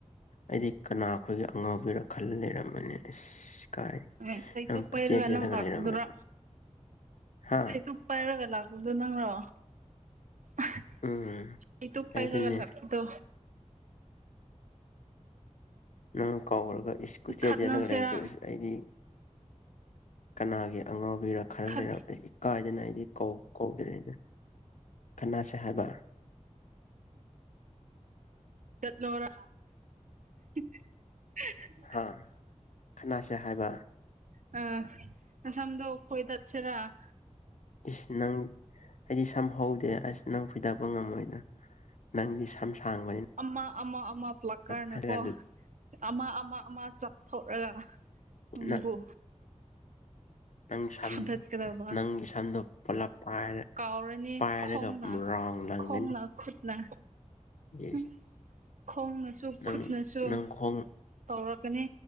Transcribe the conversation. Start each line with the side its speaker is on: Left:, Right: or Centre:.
Left: ꯑꯩꯗꯤ ꯀꯅꯥ ꯈꯣꯢꯒꯤ ꯑꯉꯥꯎꯕꯤꯔ ꯈꯜꯂ ꯂꯩꯔꯝꯕꯅꯤ ꯑꯁ ꯀꯥꯏ
Right: ꯑꯦ ꯆꯩꯇꯨꯞ
Left: ꯅꯪ ꯀꯣꯏꯆꯦꯟ
Right: ꯄꯩꯔꯒ
Left: ꯆꯦꯜꯂꯒ
Right: ꯅꯪ ꯂꯥꯛꯄꯗꯨꯔꯥ
Left: ꯂꯩꯔꯝꯕꯗꯣ ꯍꯥ
Right: ꯖ꯫ꯆꯩꯇꯨꯞ ꯄꯥꯢꯔꯒ ꯂꯥꯛꯄꯗꯨ ꯅꯪꯔꯣ <unintelligible>
Left: ꯎꯝ
Right: ꯆꯩꯇꯨꯞ ꯄꯥꯢꯔꯒ
Left: ꯑꯩꯗꯤꯅꯦ
Right: ꯂꯛꯄꯗꯣ
Left: ꯅꯪ ꯀꯧꯔꯒ ꯏꯁ ꯀꯨꯢꯆꯦꯟ
Right: ꯈꯠꯅꯁꯤꯔꯥ
Left: ꯆꯦꯜꯂꯒ ꯂꯩꯗ‍ꯣ ꯑꯩꯁ ꯑꯩꯗꯤ ꯀꯅꯥꯒꯤ ꯑꯉꯥꯎꯕꯤꯔ ꯈꯔ
Right: ꯈꯠ
Left: ꯂꯩꯔꯝ ꯀꯥꯢꯗꯅ ꯑꯩꯗꯤ ꯀꯧ ꯀꯧꯗꯔꯦ ꯀꯅꯥꯁꯦ ꯍꯥꯢꯕ
Right: ꯆꯠꯂꯣꯔ <unintelligible>
Left: ꯍꯥ ꯐꯨꯅꯥꯁꯦ ꯍꯥꯢꯕ
Right: ꯑ ꯅꯁꯝꯗꯣ ꯐꯣꯢꯗꯠ ꯁꯤꯔꯥ
Left: ꯏꯁ ꯅꯪ ꯑꯩꯗꯤ ꯁꯝ ꯍꯧꯗꯦ ꯑꯁ ꯅꯪ ꯐꯣꯢꯗꯕ ꯉꯝꯃꯣꯢꯅ ꯅꯪꯗꯤ ꯁꯝ ꯁꯥꯡꯕꯅꯤꯅ
Right: ꯑꯃ ꯑꯃ ꯑꯃ ꯄ꯭ꯂꯛꯀꯥꯔꯅꯀꯣ
Left: ꯍꯥꯏꯔꯀꯥꯟꯗ
Right: ꯑꯃ ꯑꯃ ꯑꯃ ꯆꯥꯞꯊꯣꯛꯔꯒ ꯎꯝꯕꯨ
Left: ꯅꯪ ꯅꯪ ꯁꯝꯗꯣ
Right: ꯐꯨꯗꯠꯀꯗꯕ
Left: ꯅꯪꯒꯤ ꯁꯝꯗꯣ ꯄꯨꯂꯞ ꯄꯥꯏꯔ
Right: ꯀꯥꯎꯔꯣꯢꯅꯦ
Left: ꯄꯥꯏꯔꯒ
Right: ꯈꯣꯡ
Left: ꯔꯥꯎꯟ ꯂꯪꯒꯅꯤ
Right: ꯈꯣꯡꯅ ꯈꯨꯠꯅ
Left: ꯏꯁ
Right: ꯎꯝ ꯈꯣꯡꯅꯁꯨ
Left: ꯅꯪ
Right: ꯈꯨꯠꯅꯁꯨ
Left: ꯅꯪ ꯈꯣꯡ
Right: ꯇꯧꯔꯛꯀꯅꯤ